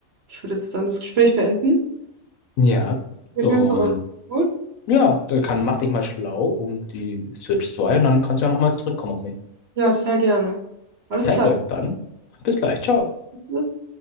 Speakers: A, on the right (about 55°); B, on the left (about 80°).
A: ich würde jetzt dann das Gespräch beenden.
B: Ja.
A: Auf
B: Und
A: jeden Fall war es cool.
B: Ja, dann kann, mach dich mal schlau um die Switch 2 und dann kannst du ja nochmal zurückkommen auf mich.
A: Ja, total gerne. Alles
B: Perfekt,
A: klar.
B: dann bis gleich, ciao.
A: Bis.